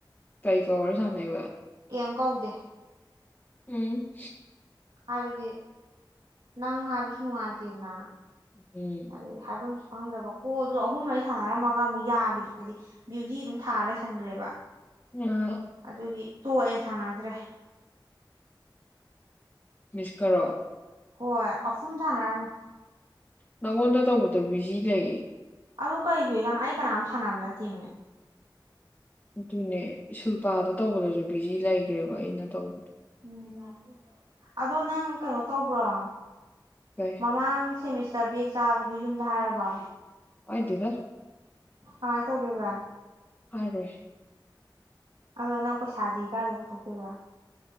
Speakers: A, on the left (about 20°); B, on the right (about 80°).
A: ꯀꯩ ꯀꯧꯔ ꯁꯥꯟꯅꯩꯕ
B: ꯀꯩꯝ ꯀꯧꯗꯦ
A: ꯎꯝ
B: ꯍꯥꯏꯕꯗꯤ ꯅꯪ ꯍꯥꯕꯁꯅꯨꯉꯥꯏꯇꯗꯅ
A: ꯎꯝ
B: ꯑꯗꯨꯗꯤ ꯍꯥꯏꯐꯝ ꯈꯪꯗ꯭ꯔꯕ ꯀꯣꯜꯗꯨꯣ ꯑꯍꯨꯝꯩ ꯁꯥꯟꯅꯔꯝꯃꯒ ꯑꯃꯨꯛ ꯌꯥꯈꯤꯗ꯭ꯔꯗꯤ ꯕ꯭ꯌꯨꯖꯤ ꯑꯗꯨꯝ ꯊꯥꯔ ꯂꯩꯁꯟꯈ꯭ꯔꯦꯕ
A: ꯎꯝ
B: ꯑꯗꯨꯒꯤ ꯇꯣꯛꯑꯦ ꯁꯥꯟꯅꯗ꯭ꯔꯦ
A: ꯃꯤꯁꯀꯣ
B: ꯍꯣꯏ ꯑꯍꯨꯝ ꯁꯥꯟꯅꯔꯝꯃꯦ
A: ꯅꯪꯉꯣꯟꯗ ꯇꯧꯕꯗ ꯕꯤꯖꯤ ꯂꯩ
B: ꯑꯗꯨ ꯀꯩꯒꯤꯗꯠꯅꯣ ꯑꯩ ꯀꯅꯥꯝ ꯁꯥꯟꯅꯕꯅ ꯊꯤꯉ
A: ꯑꯗꯨꯅꯦ ꯁꯨꯜꯄꯥꯗ ꯇꯧꯒꯗꯁꯨꯅꯦ ꯕꯤꯖꯤ ꯂꯩꯈ꯭ꯔꯦꯕ ꯑꯩꯅ ꯇꯧꯕꯗꯣ
B: ꯎꯝ ꯑꯗꯣ ꯅꯪ ꯀꯩꯅꯣ ꯇꯧꯕ꯭ꯔꯣ
A: ꯀꯩ
B: ꯃꯃꯥꯡ ꯁꯤꯦꯃꯤꯁ ꯆꯥꯕꯦꯛ ꯆꯥꯕꯗꯨ ꯌꯨꯝꯗ ꯍꯥꯏꯔꯕ
A: ꯑꯣꯏꯗꯤꯔ
B: ꯀꯃꯥꯏꯅ ꯇꯧꯗꯣꯏꯕ
A: ꯑꯔꯦ
B: ꯑꯗꯣ ꯅꯪ ꯄꯩꯁꯥꯗꯤ ꯀꯥꯗ ꯄꯨꯊꯣꯛꯇꯣꯏꯗ꯭ꯔꯥ